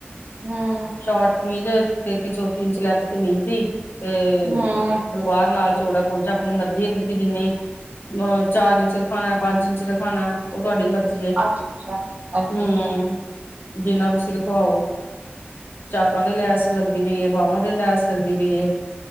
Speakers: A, on the right; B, on the left.
A: ਹਮ
B: ਸ਼ੋਰਟ ਕਮੀਜ਼ ਤੇਤੀ ਚੌਤੀ ਇੰਚ ਲੈਂਥ ਕਮੀਜ਼ ਦੀ ਤੇ
A: ਹੂੰ
B: ਸਲਵਾਰ ਨਾਲ ਚੋੜਾ ਪਹੁੰਚਾ ਆਪਣੀ ਮਰਜ਼ੀ ਤੁਸੀ ਜਿੰਨੀ ਚਾਰ ਇੰਚ ਰਖਾਣਾ ਪੰਜ ਇੰਚ ਰਖਾਣਾ। ਉਹ ਤੁਹਾਡੀ ਮਰਜੀ ਏ
A: ਅੱਛਾ ਅੱਛਾ ਅੱਛਾ
B: ਹਮ। ਜਿੰਨਾ ਤੁਸੀ ਰਖਵਾਓ ਚਾਕਾਂ ਤੇ ਲੈਸ ਲੱਗਦੀ ਪਈ ਹੈ। ਬਾਂਵਾਂ ਤੇ ਲੈਸ ਲੱਗਦੀ ਪਈ ਹੈ